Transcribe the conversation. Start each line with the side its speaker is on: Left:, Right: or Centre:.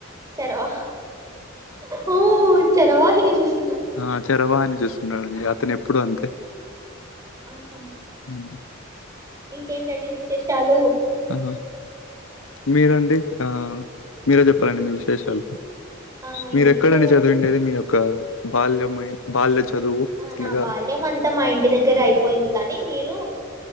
Right: చరవా ఓ చరవాహని చూసి
Left: ఆ చరవాహిని చూస్తున్నాడంండి అతను ఎప్పుడు అంతే
Right: ఆఓహో
Left: మ్మ్
Right: ఇంకేంటండి విశేషాలు
Left: ఆ మీరండి ఆ మీరే చెప్పాలండి మీ విశేషాలు
Right: ఆ
Left: మీరూ
Right: ఏం
Left: ఎక్కడండి
Right: లేదండి
Left: చదివండేది మీ యొక్క బాల్య బాల్య చదువు
Right: ఆ నా
Left: అనగా
Right: బాల్యం అంతా మా ఇంటి దగ్గర అయిపోయింది కానీ మీరు